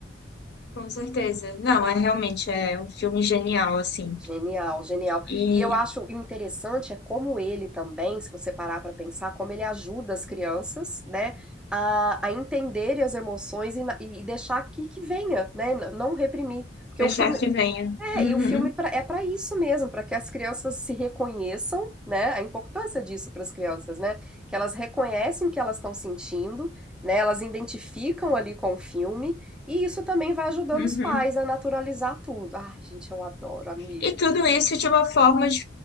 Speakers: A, on the left; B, in the centre.
A: com certeza. Não, é realmente é um filme genial, assim.
B: Genial, genial.
A: E
B: E eu acho o interessante é como ele também, se você parar para pensar, como ele ajuda as crianças, né, a, a entenderem as emoções e, na- e deixar que, que venha, né, n- não reprimir. Porque
A: deixar
B: o filme,
A: que venha.
B: É,
A: Uhum,
B: e o filme pra- é para isso mesmo, para que as crianças se reconheçam, né? A importância disso para as crianças, né? Que elas reconhecem o que elas estão sentindo, né? Elas identificam ali com o filme, e isso também vai ajudando
A: uhum.
B: os pais a naturalizar tudo. Ai, gente, eu adoro, amiga.
A: E tudo isso de uma forma di-